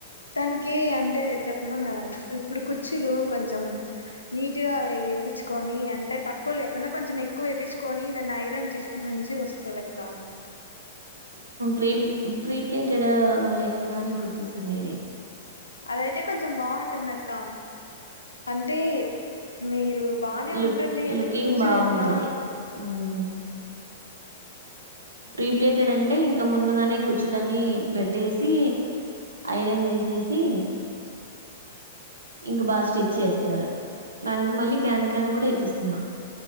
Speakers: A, on the left (about 85°); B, on the right (about 80°).
A: ానికి అంటే చెప్తున్నాను కదన్నమాట ఇప్పుడు కుచ్చులు కొంచెం నీట్గా తెుకొని అంటే తక్కువ లేకుండా కొంచెం ఎక్కువ ఎయించుకొని దదాన్ని నాగిరం చేస్తే మంచి వస్తుంది ఎక్క
B: ప్ర ప్రీప్లేటెడ్ లె హెంగానే కుట్టిస్తా మీది
A: అదయితే కొంచెం బాగుంటుంది అక్క అంటే మీరు బానే
B: లుక్
A: ఉంటుంది ఎందుకు
B: లుకింగ్
A: కుర్చులు
B: బాగుంటది
A: ఎక్కువ
B: మ్మ్ ప్రీప్లేటెడ్ అంటే ఇంకా ముందుగానే కుచులన్నీ పెట్టేసి ఐరన్ చేసేసి ఇంక బాగా స్టిచ్ చేస్తారు దానికి మళ్ళీ క్యాన్ క్యాన్ కూడా ఇప్పిస్తున్నాం